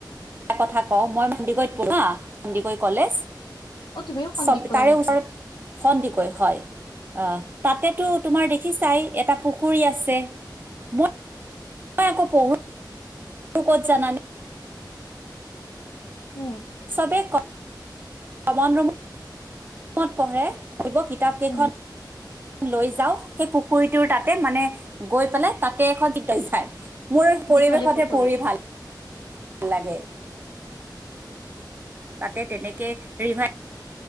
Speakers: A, on the right; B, on the left.
A: এটা কথা কওঁ মই সন্দিকৈত পঢ়ো না সন্দিকৈ কলেজ।
B: অ তুমিও সন্দিক
A: <inaudible>
B: কৰে নেকি
A: সন্দিকৈ হয় আহ তাতেতো তোমাৰ দেখি চাই এটা পুখুৰী আছে মই মই আকৌ পঢ়ো ক'ত জানানে
B: উম
A: চবে ক কমণ ৰম কত পঢ়ে দিব কিতাপ কেইখন।
B: উম
A: লৈ যাও সেই পুখুৰীটোৰ তাতে মানে গৈ পেলাই তাতে এখন যায়। মোৰ পৰিৱেশতে
B: দীঘলী পুখুৰী
A: পঢ়ি ভাল নালাগে। তাতে তেনেকে ৰিভাই